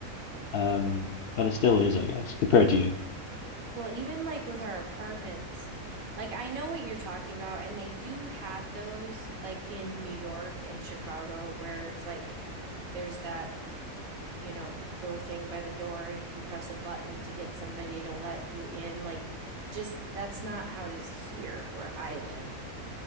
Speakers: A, on the left (about 65°); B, on the right (about 75°).
A: Um, but it still is, I guess, compared to you.
B: Well, even like with our apartments, like I know what you're talking about, and they do have those like in New York and Chicago where it's like there's that you know, little thing by the door and you press a button to get somebody to let you in. Like, just that's not how it is here where I live.